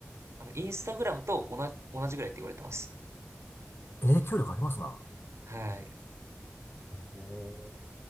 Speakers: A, on the right; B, on the left.
A: あの、インスタグラムと同じ、同じぐらいって言われてます。
B: 影響力ありますな。
A: はい。
B: おー